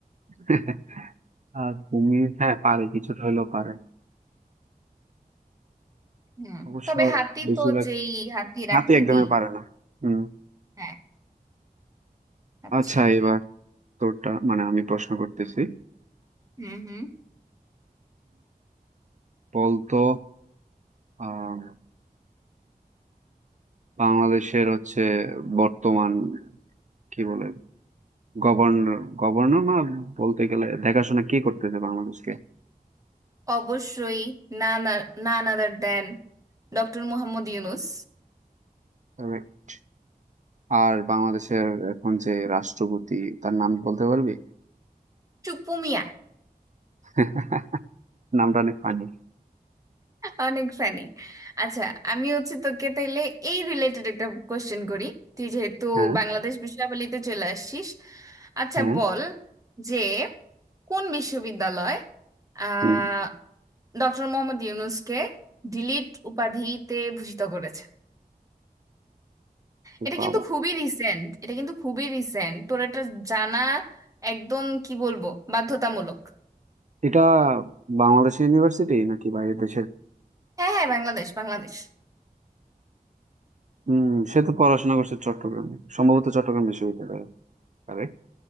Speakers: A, on the right (about 50°); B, on the right (about 20°).
A: <laughs> আর কুমির হ্যাঁ পারে কিছুটা হলেও পারে
B: হুম
A: অবশ্য
B: তবে হাতি
A: বেশিরভাগ
B: তো যেই হাতির
A: হাতি
B: আকৃতি
A: একদমই পারে না হুম
B: হ্যাঁ আচ্ছা
A: আচ্ছা এবার তোরটা মানে আমি প্রশ্ন করতেছি
B: হুম হুম
A: বলতো আহ বাংলাদেশের হচ্ছে বর্তমান কি বলে গভর্নর গভর্নর না বলতে গেলে দেখাশোনা কি করতেছে বাংলাদেশকে
B: অবশ্যই না না না other then doctor Mohammad Yunus
A: Correct. আর বাংলাদেশের এখন যে রাষ্ট্রপতি তার নাম বলতে পারবি
B: চুপু মিয়া
A: <laughs> নামটা অনেক ফানি
B: অনেক ফানি আচ্ছা আমি হচ্ছে তোকে তাইলে এই রিলেটেড একটা কোশ্চেন করি তুই যেহেতু
A: হ্যাঁ
B: বাংলাদেশ বিষয়াবলিতে চলে আসছিস আচ্ছা
A: হ্যাঁ
B: বল যে কোন বিশ্ববিদ্যালয় আহ
A: হুম
B: ডক্টর মোহাম্মদ ইউনুসকে ডিলিট উপাধিতে ভূষিত করেছে
A: এ
B: এটা
A: বাবা
B: কিন্তু খুবই রিসেন্ট এটা কিন্তু খুবই রিসেন্ট তোর এটা জানা একদম কি বলবো বাধ্যতামূলক
A: এটা বাংলাদেশ ইউনিভার্সিটি নাকি বাইরের দেশের
B: হ্যাঁ হ্যাঁ বাংলাদেশ বাংলাদেশ
A: হুম সে তো পড়াশোনা করছে চট্টগ্রামে সম্ভবত চট্টগ্রাম বিশ্ববিদ্যালয়ে কারেক্ট